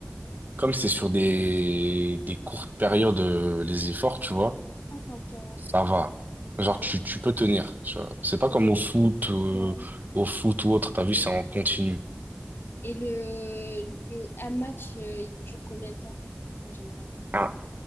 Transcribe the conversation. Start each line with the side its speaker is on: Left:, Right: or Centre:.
Right: comme c'est sur des, des courtes périodes, euh, les efforts, tu vois,
Left: Ah, ok, ouais.
Right: ça va. Genre,
Left: Ok.
Right: tu, tu peux tenir, tu vois. C'est pas
Left: Je-
Right: comme au foot, euh,
Left: ouais.
Right: au foot ou autre, t'as vu, c'est en continu.
Left: Et le, le un match, euh, il dure combien de temps en général?
Right: Un,